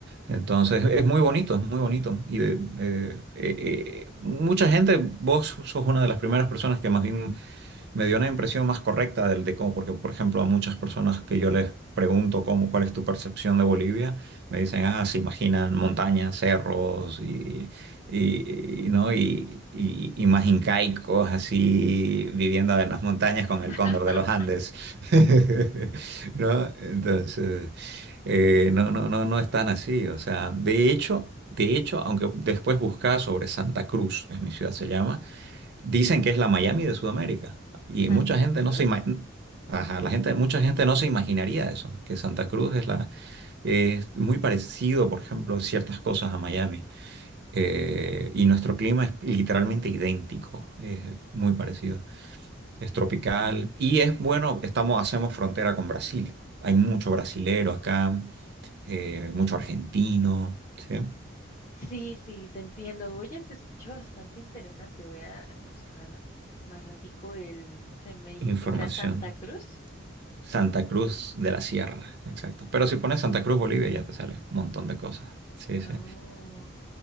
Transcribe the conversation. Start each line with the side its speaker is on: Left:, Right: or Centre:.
Right: Entonces, es muy bonito, es muy bonito. Y de- eh, eh, eh, mucha gente, vos sos una de las primeras personas que más bien me dio una impresión más correcta del, de cómo, porque por ejemplo a muchas personas que yo les pregunto cómo, cuál es tu percepción de Bolivia, me dicen, ah, se imaginan montañas, cerros y, y- y, ¿no? y, y- y más incaicos así viviendo en las montañas
Left: <laughs>
Right: con el cóndor de los Andes, <laughs> ¿no? Entonces, eh, no, no, no, no es tan así, o sea, de hecho... De hecho, aunque después buscaba sobre Santa Cruz, es mi ciudad se llama, Dicen que es la Miami de Sudamérica y
Left: Santa
Right: mucha gente
Left: Cruz,
Right: no se ima-
Left: ok.
Right: Ajá, la gente, mucha gente no se imaginaría eso, que Santa Cruz es la es muy parecido, por ejemplo, ciertas cosas a Miami Eh, y nuestro clima es literalmente idéntico, es muy parecido, es tropical y es bueno, estamos hacemos frontera con Brasil, hay mucho brasilero acá, eh, mucho argentino, ¿sí?
Left: Sí, sí, te entiendo. Oye, se escucha bastante interesante. Voy a buscar más ratico el... Se me dijiste
Right: Información.
Left: que era Santa Cruz.
Right: Santa Cruz de la Sierra, exacto. Pero si pones Santa Cruz, Bolivia, ya te sale un montón de cosas. Sí, sí.
Left: Oh,